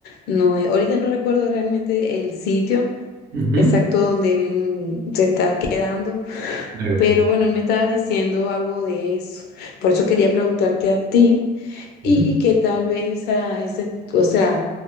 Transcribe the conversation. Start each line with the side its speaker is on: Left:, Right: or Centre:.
Left: no, es- ahorita no recuerdo realmente el sitio
Right: Ujú,
Left: exacto donde él se está quedando
Right: claro.
Left: pero bueno, él me estaba diciendo algo de eso. Por eso quería preguntarte a ti y
Right: Ujú.
Left: que tal vez esa, ese, o sea,